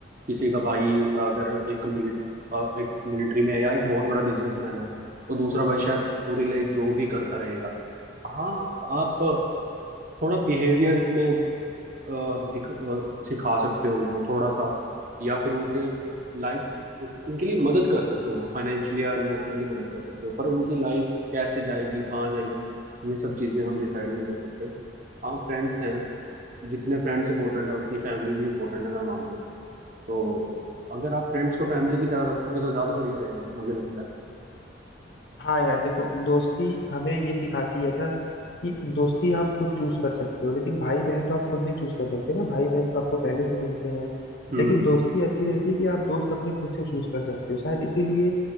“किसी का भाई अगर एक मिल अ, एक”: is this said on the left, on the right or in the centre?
Right